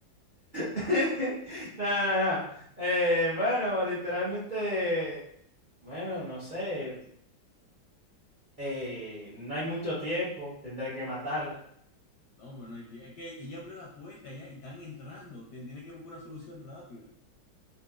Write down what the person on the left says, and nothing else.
No, pero no hay tie- Es que ella abrió la puerta ya y están entrando. Tien- Tienes que buscar una solución rápida.